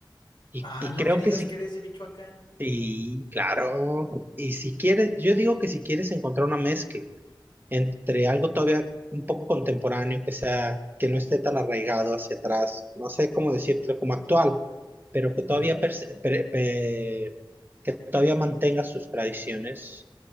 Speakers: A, on the right; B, on the left.
A: Y,
B: Ah,
A: y
B: no
A: creo
B: me digas
A: que sí.
B: que eres de Michoacán.
A: Sí, claro. Y si quieres, yo digo que si quieres encontrar una mezcla entre algo todavía un poco contemporáneo, que sea, que no esté tan arraigado hacia atrás, no sé cómo decirlo, como actual, pero que todavía
B: Ujú.
A: perse- per- eh, que todavía mantenga sus tradiciones